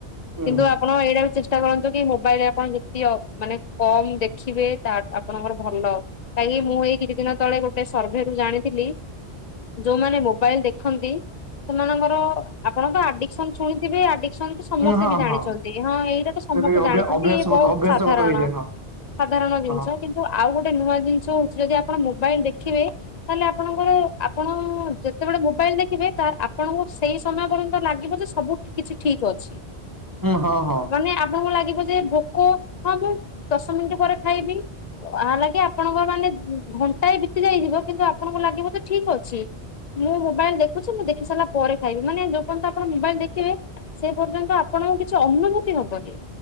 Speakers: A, on the right; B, on the left.
A: ହୁଁ।
B: କିନ୍ତୁ ଆ ଆପଣ ଏଇଟା ବି ଚେଷ୍ଟା କରନ୍ତୁ କି ମୋବାଇଲରେ ଆପଣ ଯେତିକ ମାନେ କମ ଦେଖିବେ ତା ଆପଣଙ୍କର ଭଲ। କାହିଁକି ମୁଁ ଏଇ କିଛି ଦିନ ତଳେ ଗୋଟେ ସର୍ଭେରୁୁ ଜାଣିଥିଲି। ଯୋଉମାନେ ମୋବାଇଲ ଦେଖନ୍ତି। ସେମାନଙ୍କର ଆପଣ ତ ଆଡିକସନ ଶୁଣିଥିବେ ଆଡିକସନ ସମସ୍ତେ
A: ହୁଁ ହଁ
B: ବି ଜାଣିଛନ୍ତି
A: ହଁ
B: ହଁ ଏଇଟା ତ ସମସ୍ତେ
A: ଯୋଉଟାକି ଅଭ୍ୟା
B: ଜାଣିଛନ୍ତି
A: ଅଭ୍ୟାସଗତ
B: ଏଇ ବହୁତ
A: ଅଭ୍ୟାସଗତ
B: ସାଧାରଣ।
A: ହେଇଯାଏ ହଁ
B: ସାଧାରଣ ଜିନିଷ
A: ହଁ।
B: କିନ୍ତୁ ଆଉ ଗୋଟେ ନୂଆ ଜିନିଷ ହଉଛି ଯଦି ଆପଣ ମୋବାଇଲ ଦେଖିବେ। ତାହେଲେ ଆପଣଙ୍କର ଆପଣ ଯେତେବେଳେ ମୋବାଇଲ ଦେଖିବେ ଆପଣଙ୍କୁ ସେଇ ସମୟ ପର୍ଯ୍ୟନ୍ତ ଲାଗିବ ଯେ ସବୁ କିଛି ଠିକ ଅଛି।
A: ହୁଁ ହଁ ହଁ।
B: ମାନେ ଆପଣଙ୍କୁ ଲାଗିବ ଯେ ଭୋକ ହଁ ଦଶ ମିନିଟ ପରେ ଖାଇବି। ଆ ଲାଗି ଆପଣଙ୍କ ମାନେ ଘଣ୍ଟାଏ ବିତି ଯାଇଥିବ କିନ୍ତୁ ଆପଣଙ୍କୁ ଲାଗିବଜେ ଠିକ ଅଛି। ମୁଁ ମୋବାଇଲ ଦେଖୁଛି ମୁଁ ଦେଖି ସାରିଲା ପରେ ଖାଇବି ମାନେ ଯୋ ପର୍ଯ୍ୟନ୍ତ ଆପଣ ମୋବାଇଲ ଦେଖିବେ। ସେ ପର୍ଯ୍ୟନ୍ତ ଆପଣଙ୍କୁ କିଛି ଅନୁଭୂତି ହବନି